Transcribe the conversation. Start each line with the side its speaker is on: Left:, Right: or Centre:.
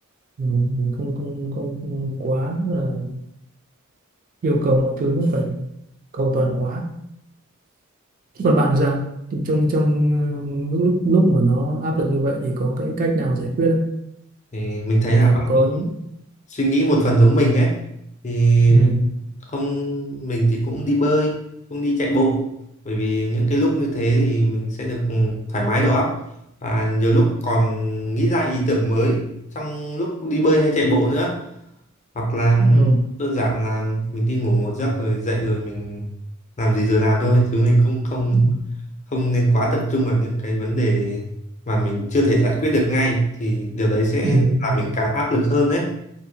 Right: mình, mình không, không không không quá là yêu cầu mọi thứ nó phải cầu toàn quá Thế còn bạn thì sao thì trong trong ờ, lúc lúc lúc mà nó áp lực như vậy thì có cái cách nào giải quyết
Left: thì mình thấy
Right: không
Left: là
Right: làm
Left: bạn
Right: có
Left: cũng suy nghĩ một phần giống mình ấy thì
Right: ừ.
Left: không mình thì cũng đi bơi cũng đi chạy bộ bởi vì những cái lúc như thế thì mình sẽ được ừ, thoải mái đầu óc và nhiều lúc còn nghĩ ra ý tưởng mới trong lúc đi bơi hay chạy bộ nữa hoặc là ừ,
Right: Ừ.
Left: đơn giản là mình đi ngủ một giấc rồi dậy rồi mình làm gì rồi làm thôi chứ mình cũng không
Right: Ừ.
Left: không nên quá tập trung vào những cái vấn đề mà mình chưa thể giải quyết được ngay thì điều đấy sẽ
Right: Ừ.
Left: làm
Right: Ừ.
Left: mình càng áp lực hơn đấy